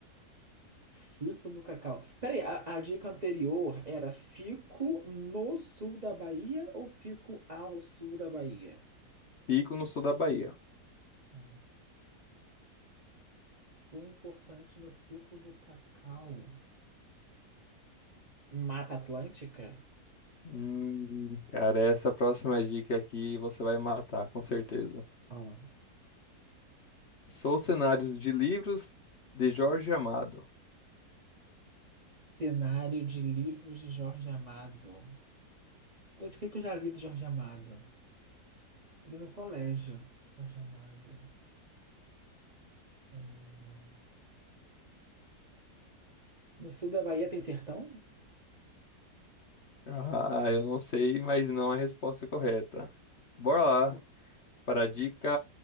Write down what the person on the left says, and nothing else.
Fico no sul da Bahia.
Hum, cara, essa próxima dica aqui você vai matar, com certeza.
Sou cenários de livros de Jorge Amado.
Ah, eu não sei, mas não é a resposta correta. Bora lá. Para a dica